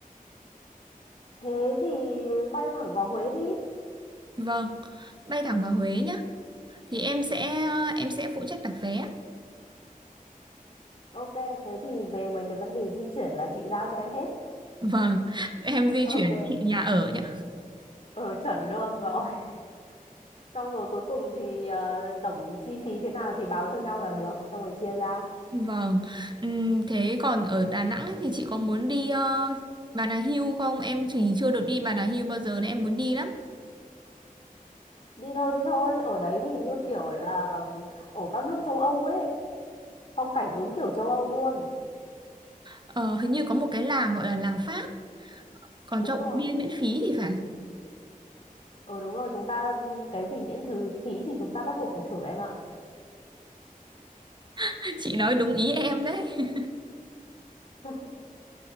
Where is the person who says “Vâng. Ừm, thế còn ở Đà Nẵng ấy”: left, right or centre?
Right